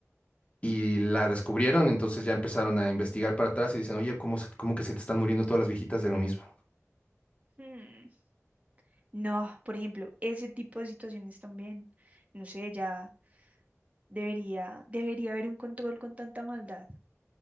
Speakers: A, on the left; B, on the right.
A: y la descubrieron, entonces ya empezaron a investigar para atrás y dicen, oye, ¿cómo se- cómo que se te están muriendo todas las viejitas de lo mismo?
B: Hmm, No, por ejemplo, ese tipo de situaciones también, no sé, ya debería, debería haber un control con tanta maldad.